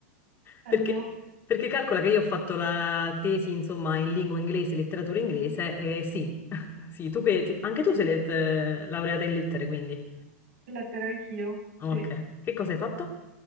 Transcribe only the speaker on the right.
bello,
lettere anch'io, sì.